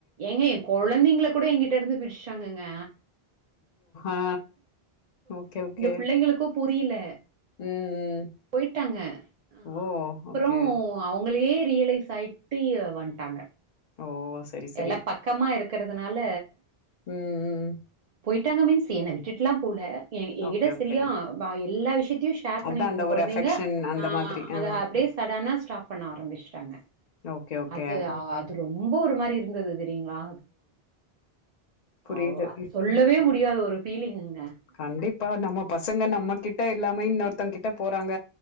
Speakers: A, on the right; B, on the left.
A: ஏங்க என் குழந்தைங்களை கூட எங்கிட்ட இருந்து பிரிச்சிட்டாங்கங்க
B: ஆ ஓகே ஓகே
A: பிள்ளைங்களுக்கும் புரியல
B: ம், ம்.
A: போயிட்டாங்க அ
B: ஓ!
A: அப்புறம்
B: ஓகே.
A: அவுங்களே ரியலைஸ் ஆயிட்டு வந்துட்டாங்க
B: ஓ! சரி, சரி.
A: எல்லாம் பக்கமா இருக் கறதுனால
B: ம் ம்
A: விட்டாங்க மீன்ஸ் என்ன விட்டுட்டுலாம் போல எங்கிட்ட
B: ஓகே, ஓகே.
A: சரியா வாய எல்லா விஷயத் தையும் ஷேர்
B: அதான்
A: பண்ணி இருந்த
B: அந்த
A: குழந்தைங்க
B: ஒரு அஃபெக்ஷன் அந்த
A: ஆ
B: மாதிரி.
A: அத
B: ம்.
A: அப்படியே சடனா ஸ்டாப் பண்ண ஆரம்பிச்சிட்டாங்க
B: ஓகே, ஓகே.
A: அது
B: ம்.
A: அது ரொம் ரொம்ப ஒரு மாரி இருந்தது தெரியுங்களா
B: புரியுது.
A: ஓ ஆ ஔ
B: ம்.
A: சொல்லவே முடி யாத ஒரு பீலிங்கு
B: கண்டிப்பா நம்ம பசங்க நம்ம கிட்ட இல்லாம இன்னொருத்தங்க கிட்ட போறாங்க